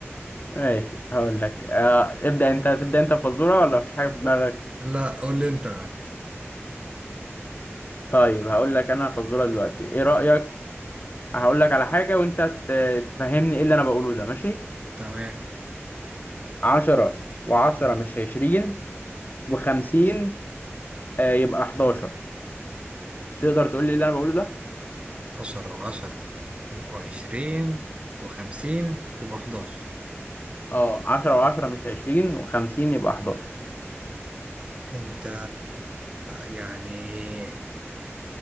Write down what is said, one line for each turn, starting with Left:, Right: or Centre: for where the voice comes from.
Left: ماشي هقول لك آه، ابدأ انت تبدأ انت بفزورة ولا مفيش حاجة في دماغك
Right: لا لا قول لي أنت
Left: طيب هقول لك انا فزورة دلوقتي ايه رأيك هقول لك على حاجة وانت ت- تفهمني ايه اللي انا بقوله ده ماشي
Right: تمام
Left: عشرة وعشرة مش عشرين وخمسين آه، يبقى حداشر تقدر تقول لي إيه اللي انا بقوله ده
Right: عشرة وعشرة يبقوا عشرين وخمسين يبقوا حداشر
Left: اه عشرة وعشرة مش عشرين وخمسين يبقى حداشر
Right: انت يعني